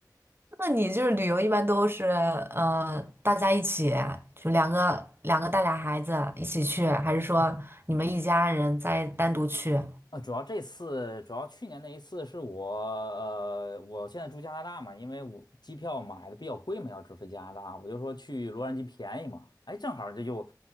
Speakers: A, on the right; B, on the left.
A: 那你就是旅游一般都是呃大家一起，就两个两个带俩孩子一起去，还是说你们一家人再单独去？
B: 啊，主要这次，主要去年那一次是我，呃，我现在住加拿大嘛，因为我机票买的比较贵嘛，要直飞加拿大，我就说去洛杉矶便宜嘛，哎，正好这就